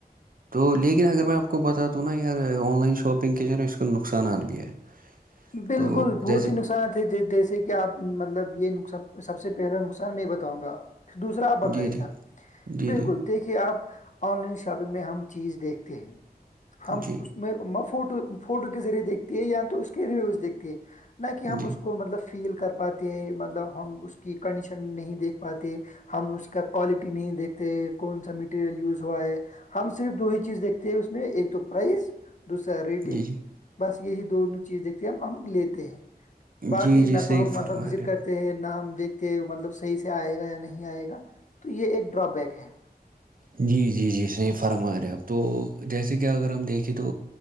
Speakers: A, on the right (about 60°); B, on the left (about 50°).
A: تو لیکن اگر میں آپ کو بتا دوں نا یار آن لائن شاپنگ کے جو ہے نا اس کے نقصانات بھی ہے
B: بالکل
A: تو
B: بہت
A: جیسے
B: ہی نقصانات ہیں جیسے کہ آپ مطلب یہ سب سے پہلا نقصان میں یہ بتاؤں گا دوسرا آپ بتائیں
A: جی، جی،
B: گا
A: جی،
B: بالکل دیکھیے کہ آپ آن لائن شاپنگ میں ہم چیز دیکھتے ہیں ہم
A: جی،
B: اس
A: جی،
B: میں فوٹو فوٹو کے ذریعے دیکھتی ہے یا تو اس کے ریویوز دیکھتی ہے نہ کہ
A: جی،
B: ہم اس کو مطلب فیل کر پاتے ہیں مطلب ہم اس کی کنڈیشن نہیں دیکھ پاتے ہم اس کے کیا کوالٹی نہیں دیکھتے کون سا میٹیریل یوز ہوا ہے ہم صرف دو ہی چیز دیکھتے ہیں اس میں ایک تو پرائز دوسرا ریٹنگ
A: جی،
B: بس یہی دونوں چیز دیکھتے ہیں ہم ہم لیتے ہیں
A: جی،
B: باقی
A: جی، جی،
B: نہ
A: صحیح
B: تو ہم
A: فرما
B: مطلب وزٹ
A: رہے آپ
B: کرتے ہیں نہ ہم دیکھتے ہیں مطلب صحیح سے آئے گا یا نہیں آئے گا تو یہ ایک ڈرابیک ہے
A: جی جی جی صحیح فرما رہے اب تو جیسے کہ اگر ہم دیکھیں تو